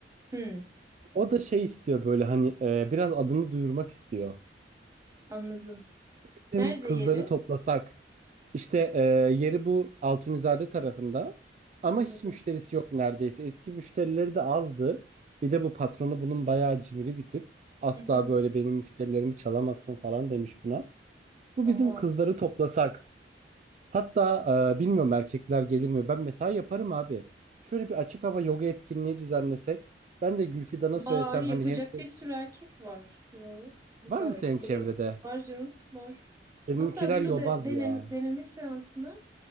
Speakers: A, on the right; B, on the right.
A: Hı,
B: O da şey istiyor böyle hani e, biraz adını duyurmak istiyor.
A: anladım.
B: Bizim
A: Nerede
B: kızları
A: yeri?
B: toplasak işte e, yeri bu Altunizade tarafında ama
A: Anladım.
B: hiç müşterisi yok neredeyse. Eski müşterileri de azdı. Bir de bu patronu bunun bayağı cimri bir tip. Asla
A: Hı hı.
B: böyle benim müşterilerimi çalamazsın falan demiş buna. Bu
A: Oha.
B: bizim kızları toplasak. Hatta e, bilmiyorum erkekler gelir mi? Ben mesela yaparım abi. Şöyle bir açık hava yoga etkinliği düzenlesek. Ben de Gülfidan'a
A: Var
B: söylesem
A: yapacak
B: hani hem sen...
A: bir sürü erkek var. Yo gayet
B: Var mı senin
A: gelir.
B: çevrede?
A: Var canım var.
B: Benimkiler
A: Hatta biz
B: yobaz
A: o de, denem-
B: ya.
A: deneme seansına